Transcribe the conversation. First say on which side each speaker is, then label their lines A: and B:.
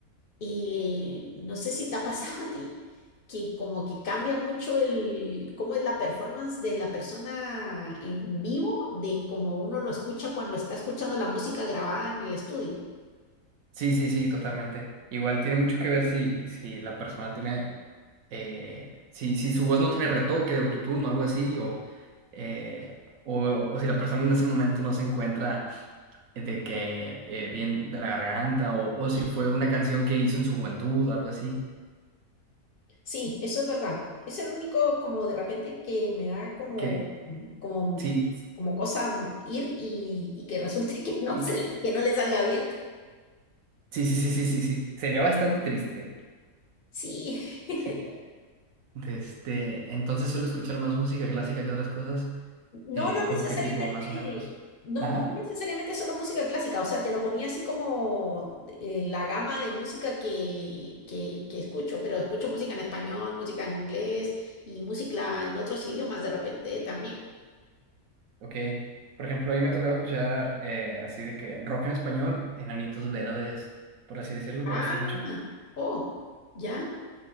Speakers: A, on the left (about 50°); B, on the right (about 70°).
A: Y no sé si te ha pasado a ti que como que cambia mucho el cómo es la performance de la persona en vivo de cómo uno lo escucha cuando está escuchando la música grabada en el estudio.
B: Sí, sí, sí, totalmente. Igual tiene mucho que ver si, si la persona tiene, eh, si, si su voz no tiene retoque de autotune o algo así, o, eh, o, o si la persona en ese momento no se encuentra de que eh, bien de la garganta, o, o
A: Sí,
B: si fue una canción que hizo en su juventud o algo así,
A: sí, eso es verdad. Es el único como de repente que me da como
B: que
A: como
B: sí,
A: como cosa ir y, y que resulte <laughs> que
B: y-
A: no se, que no le salga bien.
B: sí, sí, sí, sí, sí, sí, sería bastante triste.
A: Sí. <laughs>
B: Sí, eh, Este, entonces suelo escuchar más música clásica que otras cosas,
A: No,
B: eh,
A: no necesariamente,
B: como que tipo, más o menos.
A: no,
B: Ajá.
A: no necesariamente solo música clásica, o sea, te lo ponía así como eh, la gama de música que, que, que escucho, pero escucho música en español, música en inglés y música en otros idiomas de repente también.
B: Ok, por ejemplo, ahí me ha escuchar eh, así de que rock en español, Enanitos Verdes, por así decirlo,
A: Ah,
B: me gusta mucho.
A: oh, ya.